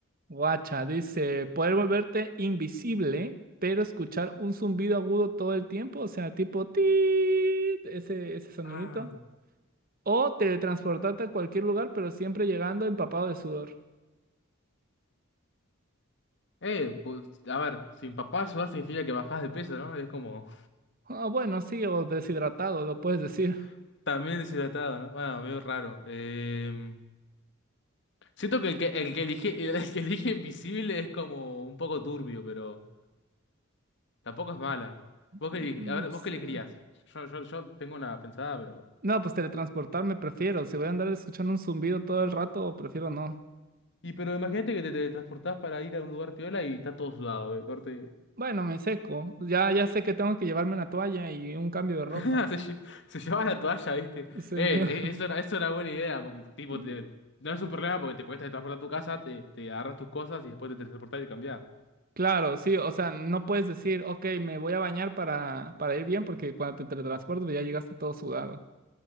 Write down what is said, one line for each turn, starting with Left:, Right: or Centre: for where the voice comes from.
Right: guacha, dice, poder volverte invisible, pero escuchar un zumbido agudo todo el tiempo, o sea, tipo ti, ese, ese sonidito.
Left: Ah.
Right: O teletransportarte a cualquier lugar, pero siempre llegando empapado de sudor.
Left: Eh, pues, a ver, sin papá sudar significa que bajás de peso, ¿no? Es como
Right: Ah, bueno, sí, o deshidratado, lo puedes decir.
Left: <laughs> también deshidratado, ¿no? Bueno, medio raro. Eh, siento que el que, el que elige, <laughs> el que elige invisible es como un poco turbio, pero tampoco es mala. Vos que,
Right: Mm,
Left: elige- a ver, vos
Right: se-
Left: qué elegirías. Yo, yo, yo tengo una pensada, pero.
Right: No, pues teletransportarme prefiero. Si voy a andar escuchando un zumbido todo el rato, prefiero no.
Left: Y pero imagínate que te, te transportás para ir a un lugar piola y estás todo sudado, eh, corte.
Right: Bueno, me seco. Ya, ya sé que tengo que llevarme una toalla y un cambio de ropa.
Left: <laughs> Se, lle- se llevaba la toalla, ¿viste?
Right: Se
Left: Eh,
Right: me-
Left: eso es, una, es una buena idea, porque tipo,
Right: <laughs>
Left: te- no es un problema porque te puedes transportar a tu casa, te, te agarras tus cosas y después te transportás y cambiás.
Right: Claro, sí, o sea, no puedes decir, ok, me voy a bañar para, para ir bien, porque cuando te teletransporto pues ya llegaste todo sudado.